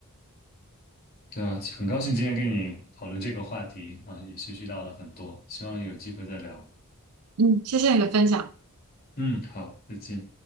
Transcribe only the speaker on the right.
嗯，谢谢你的分享。